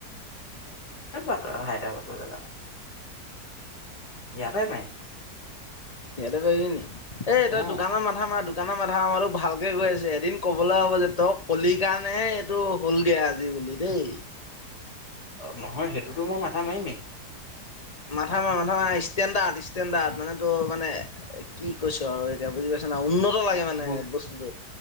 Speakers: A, on the left; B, on the left.
A: পোৱা হাইড্ৰাবাদলে যাব ইয়াৰ পৰায়ে পাৰিম ।
B: য়াতে পাৰিবি নি এই তই
A: অ
B: দোকানৰ মাথা মাৰ দোকানৰ মাথা মাৰাটো ভালকে গৈ আছে এদিন কবলৈ হ'ব যে তই কলিৰ কাৰণেহে এইটো হলগে আজি বুলি দেই।
A: অ নহয় সেইটোতো মই মাথা মাৰিমেই ।
B: মাথা মাৰ মাথা মাৰ ষ্টেণ্ডাৰ্ড ষ্টেডাৰ্ড মানে তোৰ মানে কি কৈছো আৰু এতিয়া বুজি পাইছ ন উন্নত লাগে মানে
A: দু
B: বস্তুতটো